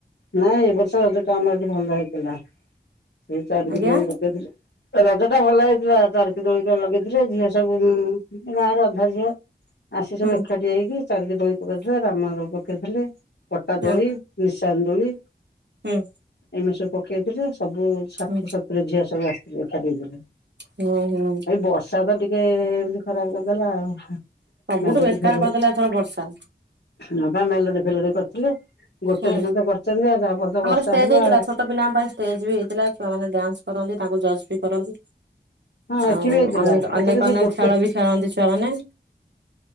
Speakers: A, on the left; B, on the right.
A: ନାଇଁ ଏ ବର୍ଷ ରଜଟା ଆମରଏଠି ଭଲ ହେଇଥିଲା। ସେଇ ଚାରିିକ
B: ଆଜ୍ଞା
A: ଦିନ ରଖେଇଥିଲେ ରଜ ଟା ଭଲ ହେଇଥିଲା ଚାରି ଦୋଳିତ ଲଗେଇଥିଲେ ଝିଅ ସବୁ ଗାଁରୁ ଅଧା ଝିଅ ଆସି
B: ହଁ
A: ସବୁ ଏକାଠି ହେଇକି ଚାରିକି ଦୋଳି ପକାଇଥିଲେକଲଲଲଲଲଲଲଲଲ ରାମ ର। <unintelligible> <unintelligible> କଟା
B: ହଁ
A: ଦୋଳି ନିସ ଚାନ୍ଦୁଳି
B: ହୁଁ
A: ଏମିତି ସବୁ। <unintelligible> ସବୁ ଷାଠିଏ
B: ହୁଁ
A: ସତୁରୀ ଝିଅ ସବୁ ଆସି <unintelligible>
B: ହୁଁ ହୁଁ
A: ଏଇ ବର୍ଷା ତ ଟିକ। ଟିକେ ଏମତି ଖରାପ କରିଦେଲା ଆଉ।
B: ସବୁଠୁ
A: ମେଲୋଡି
B: ବେକାର
A: ଫେଲୋଡି
B: କରିଦେଲା ଏଥର ବର୍ଷା।
A: ହଁ ବା ମେଲୋଡି କରିଥିଲେ? ଗୋଟେ
B: ହୁଁ
A: ଦିନ ତ କରିଛନ୍ତି ଆଉ ତାପରେ ତ
B: ଆମର
A: ବର୍ଷା
B: ଷ୍ଟେଜ
A: ହେଲା
B: ହେଇଥିଲା। ଛୋଟ ପିଲାଙ୍କ ପାଇଁ ଷ୍ଟେଜ ବି ହେଇଥିଲା। ଛୁଆ ମାନେ ଡ୍ୟାନ୍ସ କରନ୍ତି ତାଙ୍କୁ ଜଜ୍ ବି କରନ୍ତି।
A: ହଁ ଏଠି
B: ଆଉ
A: ବି ହେଇଥିଲା
B: ଅନକ
A: ଏଠି
B: ଅନେକ
A: ତ ସେ
B: ଅନେକ
A: ଗୋଟେ
B: ଖେଳ ବି ଖେଳନ୍ତି ଛୁଆମାନେ।